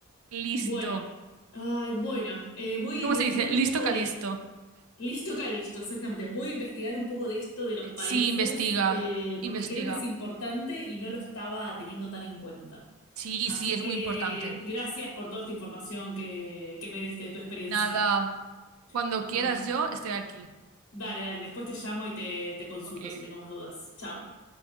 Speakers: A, on the right (about 70°); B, on the left (about 75°).
A: Listo.
B: Bueno, ay, bueno, eh, voy
A: ¿Cómo
B: a investigar
A: se dice? Listo,
B: un poco
A: calisto.
B: de esto. Listo, Calisto, exactamente. Voy a investigar un poco de esto de los países,
A: Sí, investiga,
B: eh,
A: investiga.
B: porque creo que es importante y no lo estaba teniendo tan en cuenta.
A: Sí,
B: Así
A: sí, es
B: que
A: muy importante.
B: gracias por toda esta información que, que me diste de tu experiencia.
A: Nada,
B: <laughs>
A: cuando quieras
B: Bueno,
A: yo estoy aquí.
B: dale, dale, después te llamo y te, te consulto
A: Ok.
B: si tengo más dudas. Chao.